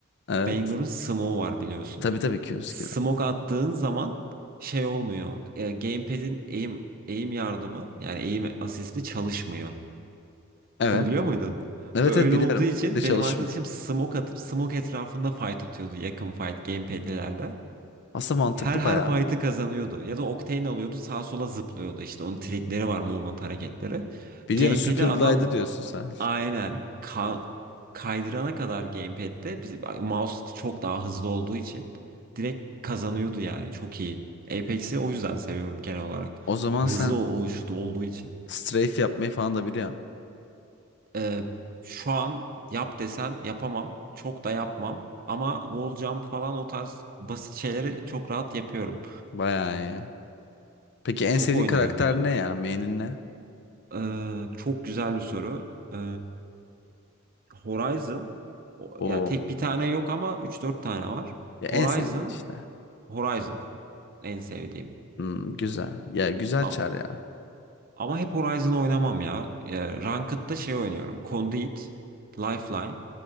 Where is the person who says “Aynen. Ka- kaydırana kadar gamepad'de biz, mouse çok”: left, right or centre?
Right